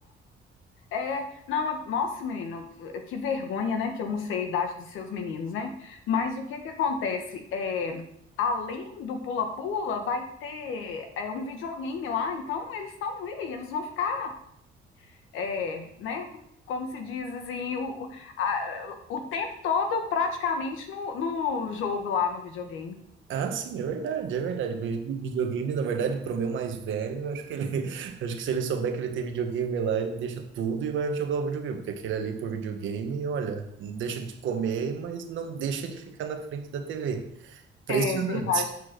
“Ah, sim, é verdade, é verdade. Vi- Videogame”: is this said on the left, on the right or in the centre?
Right